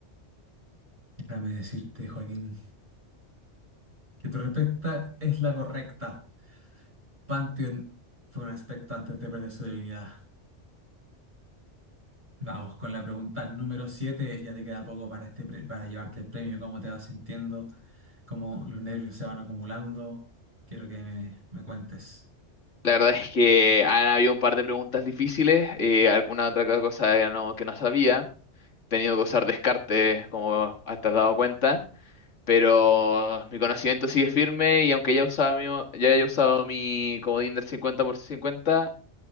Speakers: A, on the right (about 40°); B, on the left (about 85°).
A: Déjame decirte, Joaquín, que tu respuesta es la correcta. Pantheon fue un aspecto antes de perder su divinidad. Vamos con la pregunta número 7. Ya te queda poco para, este pre- para llevarte el premio. ¿Cómo te vas sintiendo? ¿Cómo los nervios se van acumulando? Quiero que me, me cuentes.
B: La verdad es que han habido un par de preguntas difíciles, eh, alguna otra ca- cosa que no, que no sabía. He tenido que usar descarte, como te has dado cuenta. Pero mi conocimiento sigue firme y aunque ya, usaba mi, o- ya haya usado mi comodín del 50 por 50,